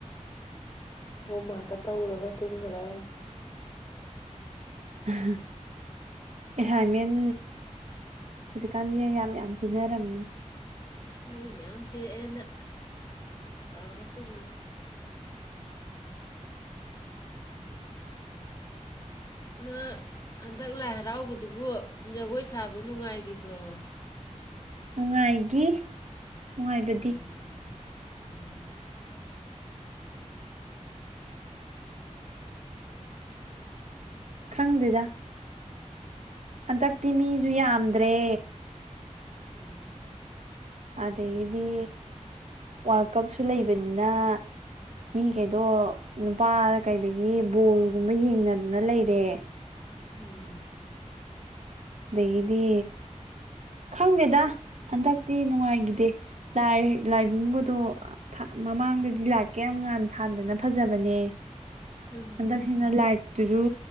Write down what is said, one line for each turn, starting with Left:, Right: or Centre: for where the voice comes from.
Left: ꯍꯣꯝꯃꯥꯛꯀ ꯇꯧꯔꯒ ꯇꯨꯝꯒꯔꯦ
Right: ꯎꯍꯨꯝ ꯑꯦꯁꯥꯏꯟꯃꯦꯟ ꯍꯧꯖꯤꯛꯀꯥꯟꯖꯦ ꯌꯥꯝ ꯌꯥꯝ ꯄꯤꯅꯔꯝꯅꯤ
Left: ꯑꯁ ꯃꯣꯏ ꯃꯌꯥꯝ ꯄꯤꯔꯛꯑꯦꯅ ꯇꯧꯔꯒ ꯇꯨꯝꯒꯔꯦ ꯅꯪ ꯍꯟꯗꯛ ꯂꯥꯏ ꯍꯔꯥꯎꯕꯗꯨꯕꯨ ꯖꯒꯣꯏ ꯁꯥꯕꯗꯨ ꯅꯨꯡꯉꯥꯏꯒꯤꯕ꯭ꯔꯣ
Right: ꯅꯨꯡꯉꯥꯏꯒꯤ ꯅꯨꯡꯉꯥꯏꯕꯗꯤ
Left: ꯎꯝ ꯎꯝ <unintelligible>
Right: ꯈꯪꯗꯦꯗ ꯍꯟꯗꯛꯇꯤ ꯃꯤꯖꯨ ꯌꯥꯝꯗ꯭ꯔꯦ
Left: ꯎꯝ
Right: ꯑꯗꯒꯤꯗꯤ ꯋꯥꯔꯜ ꯀꯞꯁꯨ ꯂꯩꯕꯅꯤꯅ ꯃꯤꯒꯩꯗꯣ ꯅꯨꯄꯥꯗ ꯀꯩꯗꯒꯤ ꯕꯣꯜꯒꯨꯝꯕ ꯌꯦꯡꯅꯗꯅ ꯂꯩꯔꯦ
Left: ꯎꯝ
Right: ꯑꯗꯒꯤꯗꯤ ꯈꯪꯗꯦꯗ ꯍꯟꯗꯛꯇꯤ ꯅꯨꯡꯉꯥꯏꯒꯤꯗꯦ ꯂꯥꯏ ꯂꯥꯏꯕꯨꯡꯒꯗꯣ ꯊꯥ ꯃꯃꯥꯡꯗꯗꯤ ꯂꯥꯏꯠꯀ ꯌꯥꯝ ꯉꯥꯟ ꯊꯥꯟꯗꯅ ꯐꯖꯕꯅꯦ
Left: ꯎꯝ
Right: ꯍꯟꯗꯛꯁꯤꯅ ꯂꯥꯏꯠꯇꯨꯖꯨ